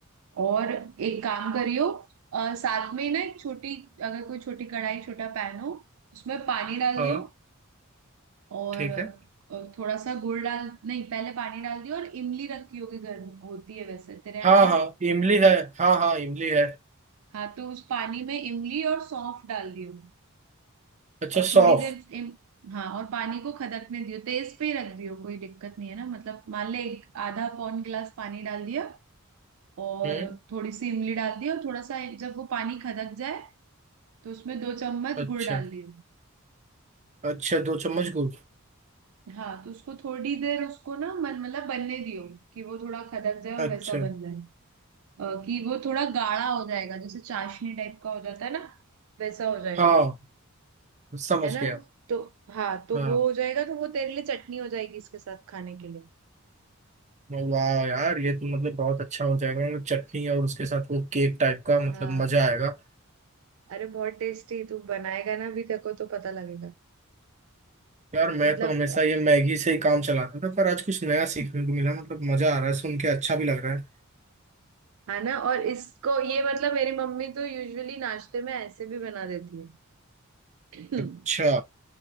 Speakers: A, on the right (about 70°); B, on the right (about 35°).
A: और एक काम करियो अ, साथ में ना एक छोटी अगर कोई छोटी कढ़ाई छोटा पैन हो उसमें पानी डाल
B: हाँ
A: दियो और
B: ठीक है
A: और थोड़ा सा गुड़ डाल नहीं पहले पानी डाल दिया और इमली रखी होगी घर में होती है वैसे तेरे यहाँ
B: हाँ
A: है
B: हाँ इमली है हाँ हाँ इमली है
A: हाँ तो उस पानी में इमली और सौंफ डाल दियो
B: अच्छा
A: और
B: सौंफ
A: थोड़ी देर इम, हाँ और पानी को खदकने दियो तेज पे ही रख दियो कोई दिक्कत नहीं है ना मतलब मान ले एक आधा पौन गिलास पानी डाल दिया और
B: हम्म
A: थोड़ी सी इमली डाल दी और थोड़ा सा जब वो पानी खदक जाए तो उसमें दो चम्मच
B: अच्छा
A: गुड़ डाल दियो
B: अच्छा दो चम्मच गुड़
A: हाँ तो उसको थोड़ी देर उसको ना मन मतलब बनने दियो कि वो थोड़ा खदक जाए और
B: अच्छा
A: वैसा बन जाए अ, कि वो थोड़ा गाढ़ा हो जाएगा जैसे चाशनी टाइप का हो जाता है ना वैसा हो जाएगा
B: हाँ समझ
A: है ना
B: गया
A: तो हाँ तो
B: हाँ
A: वो हो जाएगा तो वो तेरे लिए चटनी हो जाएगी इसके साथ खाने के लिए
B: वाह यार ये तो मतलब बहुत अच्छा हो जाएगा मतलब चटनी और उसके साथ वो केक टाइप का मतलब
A: हाँ
B: मजा आएगा
A: अरे बहुत टेस्टी तू बनाएगा ना भी देखो तो पता लगेगा
B: यार मैं
A: मतलब
B: तो हमेशा ये मैगी से ही काम चलाता था पर आज कुछ नया सीखने को मिला मतलब मजा आ रहा है सुन के अच्छा भी लग रहा है
A: है ना और इसको ये मतलब मेरी मम्मी तो यूजुअली नाश्ते में ऐसे भी बना देती है <clears throat>
B: अच्छा